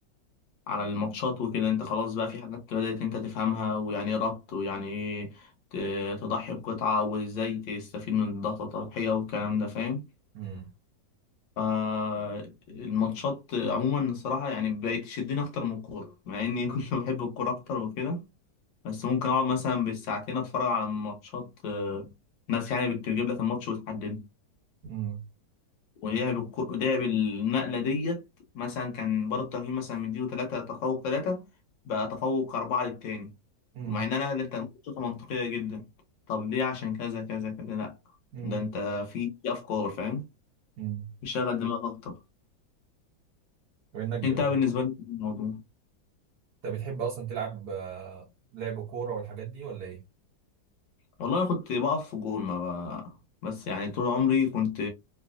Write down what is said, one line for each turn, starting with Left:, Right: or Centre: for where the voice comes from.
Left: على الماتشات وكده انت خلاص بقى في حاجات بدأت انت تفهمها ويعني ايه ربط ويعني ايه ت- تضحي بقطعة وازاي تستفيد من الضغط التضحية والكلام ده فاهم
Right: امم
Left: فالماتشات عموما الصراحة يعني بقت تشدني أكتر من الكورة مع إني <laughs> كنت بحب الكورة أكتر وكده بس ممكن أقعد مثلا بالساعتين أتفرج على ماتشات آه، ناس يعني بتجيب لك الماتش وتحدده
Right: امم
Left: ولعب الكو- لعب النقلة ديت مثلا كان بار التقييم مثلا مديله تلاتة تفوق تلاتة بقى تفوق أربعة للتاني
Right: امم
Left: ومع إن أنا اللي أنت ممكن تشوفها منطقية جدا طب ليه عشان كذا كذا كذا لأ
Right: امم
Left: ده أنت في في أفكار فاهم
Right: امم
Left: بيشغل دماغك أكتر
Right: وانك
Left: أنت
Right: بت-
Left: بالنسبة لي الموضوع
Right: انت بتحب اصلا تلعب آه، لعب كوره والحاجات دي ولا ايه
Left: والله أنا كنت بقف في جون ما بقى. بس يعني طول عمري كنت